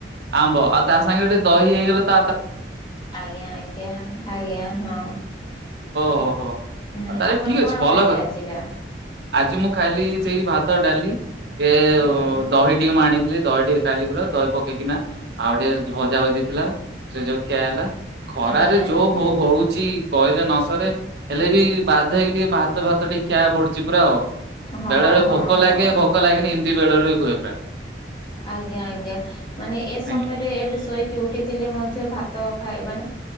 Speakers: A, on the right; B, on the left.
A: ହବ ଆଉ ତା ସାଙ୍ଗରେ ଟିକେ ଦହି ହେଇଗଲେ ତ
B: ଆଜ୍ଞା ଆଜ୍ଞା ଆଜ୍ଞା ହଁ।
A: ଓହୋ।
B: ହୁଁ
A: ଆଉ ତାହେଲେ
B: ଆପଣ
A: ଠିକ
B: କଣ
A: ଅଛି ଭଲ
B: ଖାଇଲେ
A: କଥା
B: ଆଜିଟା।
A: ଆଜି ମୁଁ ଖାଇଲି ସେଇ ଭାତ ଡାଲି। ଏ
B: ଆଜ୍ଞା
A: ଦହି ଟିକେ ମୁଁ ଆଣି ଖାଲି ଦହି ଟିକେ ଖାଇଲି ପୁରା ଦହି ପକେଇକି ନା ଆଉ ଟିକେ ଭଜା ଭଜିଥିଲା ସେ ଯୋଉ ଖିଆ ହେଲା। ଖରାରେ
B: ଆଜ୍ଞା ଆଜ୍ଞା।
A: ଯୋଉ ହ ହଉଛି କହିଲେ ନ ସରେ। ହେଲେ ବି ବାଧ୍ୟ ହେଇକି ଟିକେ ଭାତ ଭାତ ଟିକେ ଖିଆହବାକୁ ପଡୁଛି ପୁରା ଆଉ।
B: ହଁ
A: ବେଳେ ବେଳେ
B: ହଁ
A: ଭୋକ
B: ହଁ
A: ଲାଗେ ଭୋକ ଲାଗେନି ଏମିତି ବେଳେ ବେଳେ ବି ହୁଏ ପ୍ରାୟ
B: ଆଜ୍ଞା ଆଜ୍ଞା ମାନେ ଏ- ସମୟରେ
A: ଆଜ୍ଞା
B: ଏବେ ଶୋଇକି ଉଠିଥିଲେ ମଧ୍ୟ। ଭାତ ଖାଇ ବାନି